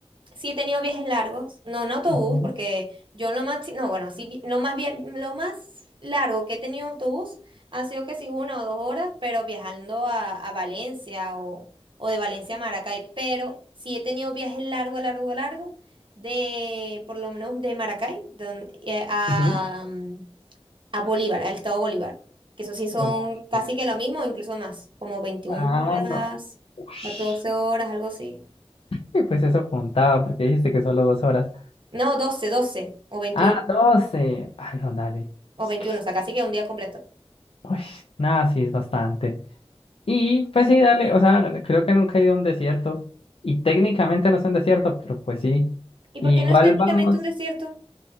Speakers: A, on the right (about 50°); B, on the left (about 65°).
A: sí he tenido viajes largos, no en autobús,
B: Ujú,
A: porque yo lo más, no, bueno, sí, vi- lo más, bien- lo más largo que he tenido en autobús ha sido que sí una o dos horas, pero viajando a, a Valencia o, o de Valencia a Maracay, pero sí he tenido viajes largo, largo, largo, de, por lo menos de Maracay, don- eh, a,
B: ujú.
A: a Bolívar, al estado Bolívar, que eso sí son
B: Ok.
A: casi que lo mismo, incluso más, como 21
B: Ah,
A: horas,
B: no. ush.
A: 14 horas, algo así.
B: Y pues eso contaba, porque dijiste que solo dos horas.
A: No, doce doce o 21
B: Ah, doce Ah, no, dale. Es
A: o 21
B: que,
A: o sea, casi que un día completo.
B: uy, nada, sí es bastante. Y pues sí, dale, o sea, creo que nunca he ido a un desierto y técnicamente no es un desierto, pero pues sí.
A: ¿Y por
B: Igual
A: qué no es técnicamente
B: vamos,
A: un desierto?